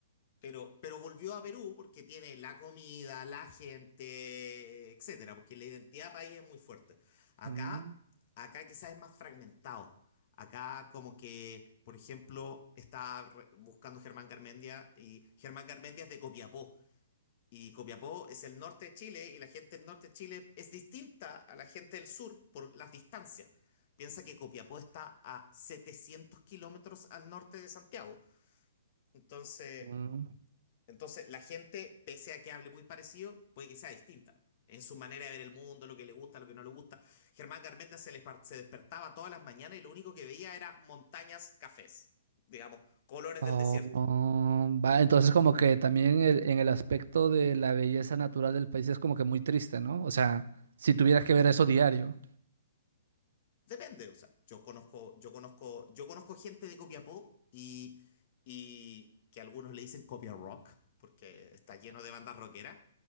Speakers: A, on the left (about 45°); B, on the right (about 70°).
A: pero, pero volvió a Perú porque tiene la comida, la gente, etcétera, porque la identidad país es muy fuerte. Acá,
B: mm,
A: acá quizás es más fragmentado. Acá como que, por ejemplo, está re- buscando Germán Garmendia y Germán Garmendia es de Copiapó. Y Copiapó es el norte de Chile y la gente del norte de Chile es distinta a la gente del sur por las distancias. Piensa que Copiapó está a 700 kilómetros al norte de Santiago. Entonces...
B: mm.
A: Entonces, la gente, pese a que hable muy parecido, puede que sea distinta en su manera de ver el mundo, lo que le gusta, lo que no le gusta. Germán Garmendia se, les par- se despertaba todas las mañanas y lo único que veía era montañas cafés, digamos, colores
B: Oh,
A: del desierto.
B: oh, va, entonces como que también el- en el aspecto de la belleza natural del país es como que muy triste, ¿no? O sea, si tuvieras que ver eso diario,
A: Depende, o sea, yo conozco, yo conozco, yo conozco gente de Copiapó y, y que algunos le dicen Copia Rock, porque está lleno de bandas rockeras.